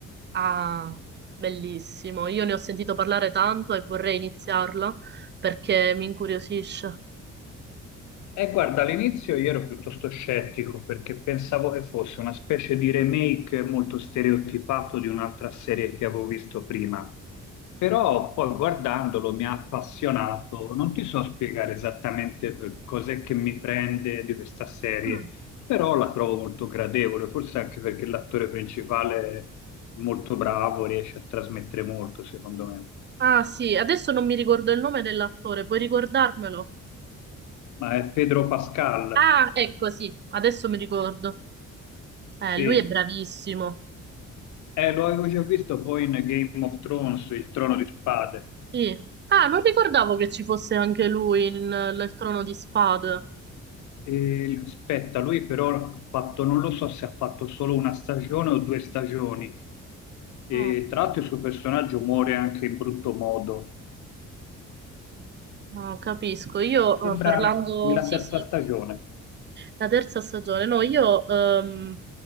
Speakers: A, on the right; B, on the left.
A: Ah, bellissimo. Io ne ho sentito parlare tanto e vorrei iniziarlo perché mi incuriosisce.
B: Eh, guarda, all'inizio io ero piuttosto scettico perché pensavo che fosse una specie di remake molto stereotipato di un'altra serie che avevo visto prima, però poi guardandolo mi ha appassionato. Non ti so spiegare esattamente eh, cos'è che mi prende di questa serie,
A: Mm.
B: però la trovo molto gradevole, forse anche perché l'attore principale è molto bravo, riesce a trasmettere molto, secondo me.
A: Ah, sì, adesso non mi ricordo il nome dell'attore, puoi ricordarmelo?
B: Ma è Pedro Pascal,
A: Ah, ecco, sì, adesso mi ricordo. Eh,
B: sì.
A: lui è bravissimo.
B: Eh, lo avevo già visto poi in Game of Thrones, il trono di spade.
A: Sì. Ah, non ricordavo che ci fosse anche lui in, eh, nel Trono di Spade.
B: E, aspetta, lui però ha fatto, non lo so se ha fatto solo una stagione o due stagioni. E,
A: Oh,
B: tra l'altro il suo personaggio muore anche in brutto modo.
A: oh, capisco. Io
B: Sembra
A: eh, parlando...
B: la
A: Sì,
B: terza
A: sì.
B: stagione.
A: La terza stagione, no, io ehm,